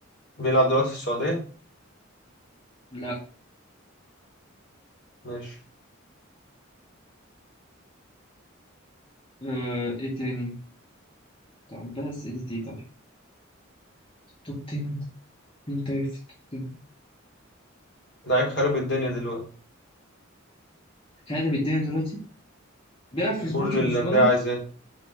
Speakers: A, on the left (about 60°); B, on the left (about 25°).
A: بيلعب دلوقتي في السعودية
B: لا
A: ماشي
B: آه، ايه تاني طب ده اسئلة ايه طيب؟ توب 10 مين طيب في التوب 10؟
A: لعيب خارب الدنيا دلوقتي
B: خارب الدنيا دلوقتي بيلعب في
A: وكل
B: سبورتنج
A: الأندية
B: لشبونة
A: عايزاه